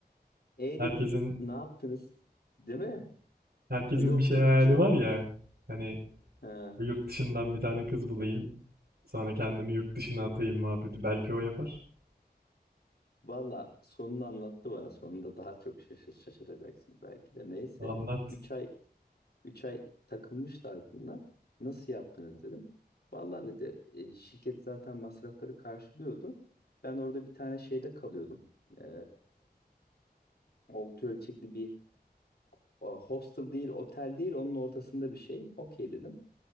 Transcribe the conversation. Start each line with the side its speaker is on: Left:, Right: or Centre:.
Left: E
Right: Herkesin
Left: dedim. Ne yaptınız? Değil mi?
Right: herkesin
Left: Yok
Right: bir şey
Left: yok
Right: hayali
Left: hiç. ö-
Right: var ya. Hani
Left: Ha.
Right: yurt dışından bir tane kız bulayım. Sonra kendimi yurt dışına atayım muhabbeti. Belki o yapar.
Left: Valla sonunu anlattı bana. Sonunda daha çok şaşır, şaşıracaksın belki de. Neyse.
Right: Anlat.
Left: 3 ay 3 ay takılmışlar bunlar. Nasıl yaptınız dedim. Vallahi dedi "e, şirket zaten masrafları karşılıyordu. Ben orada bir tane şeyde kalıyordum. Ee, orta ölçekli bir o, hostel değil, otel değil, onun ortasında bir şey. Okey dedim.